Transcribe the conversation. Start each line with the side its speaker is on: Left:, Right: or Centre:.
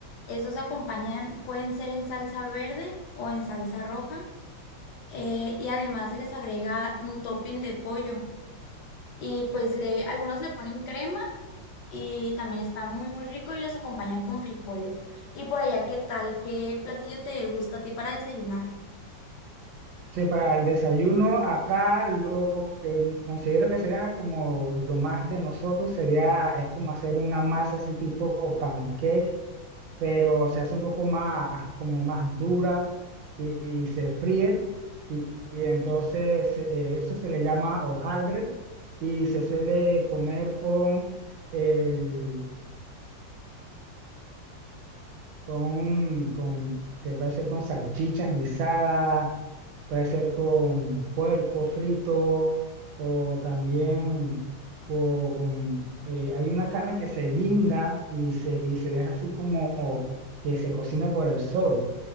Left: Esos acompañan, pueden ser en salsa verde o en salsa roja. eh, y además se les agrega un topping de pollo. Y pues le, algunos le ponen crema y también está muy, muy rico y los acompañan con frijoles. Y por allá, ¿qué tal? ¿Qué platillo te gusta a ti para desayunar?
Right: Sí, para el desayuno acá lo que considero que será como lo más de nosotros sería, es como hacer una masa así tipo pancake pero se hace un poco más, como más dura y, y se fríe. Y, y entonces eh, eso se le llama hojaldre y se suele comer con el, con, un- con, se puede hacer con salchichas guisadas, puede ser con puerco frito o también con, eh, hay una carne que se guinda y se, y se deja así como que se cocine por el sol.